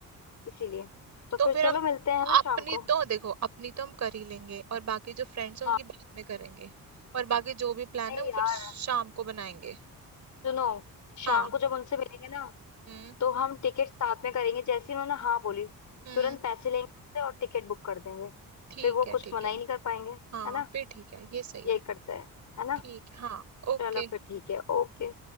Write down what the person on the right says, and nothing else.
तो
फिर
हम
अपनी
तो देखो अपनी तो हम कर ही लेंगे और बाकी जो फ्रेंड्स हैं
उनकी बाद में करेंगे और बाकी जो भी प्लान
है वो
फिर शाम को बनाएंगे
हाँ
हम्म
हम्म
ठीक
है
ठीक
है
हाँ
फिर ठीक है ये सही
है
ठीक हाँ ओके